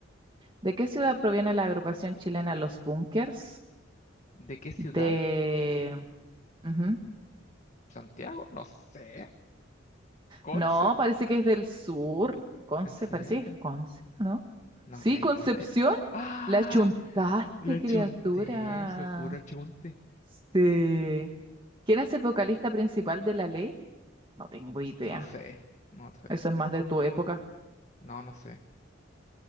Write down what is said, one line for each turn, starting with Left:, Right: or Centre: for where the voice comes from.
Right: ¿De qué ciudad proviene la agrupación chilena Los Bunkers?
Left: ¿De qué ciudad?
Right: De... ujú,
Left: ¿Santiago? No sé. ¿Conce?
Right: No, parece que es del sur. Conce,
Left: ¿En serio?
Right: parece que es Conce, ¿no?
Left: No
Right: Sí,
Left: tengo
Right: Concepción.
Left: idea. ¡Ah!
Right: La chuntaste,
Left: La
Right: criatura.
Left: chunté. Fue puro chunte.
Right: Sí. ¿Quién es el vocalista principal de La Ley? No tengo idea.
Left: No sé. No sé.
Right: Eso es más de tu época.
Left: No, no sé.